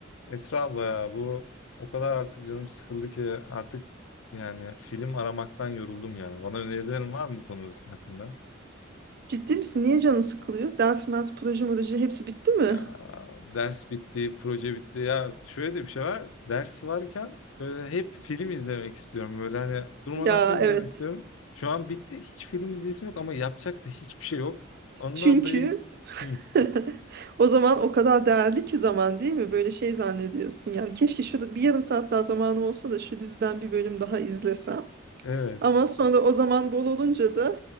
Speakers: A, on the left; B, on the right.
A: Esra abla ya bu o kadar artık canım sıkıldı ki artık yani film aramaktan yoruldum ya. Bana önerilerin var mı bu konu hakkında?
B: Ciddi misin? Niye canın sıkılıyor? Ders, mers, proje, proje hepsi bitti mi?
A: Ya ders bitti, proje bitti. Ya şöyle de bir şey var. Ders varken böyle hep film izlemek istiyorum. Böyle hani durmadan
B: Ya
A: film
B: evet.
A: izlemek istiyorum. Şu an bitti. Hiç film izleyesim yok ama yapacak da hiçbir şey yok. Ondan
B: Çünkü
A: dolayı Hı,
B: <laughs> o zaman o kadar değerli ki zaman değil mi? Böyle şey zannediyorsun. Yani keşke şurada bir yarım saat daha zamanım olsa da şu diziden bir bölüm daha izlesem.
A: evet.
B: Ama sonra o zaman bol olunca da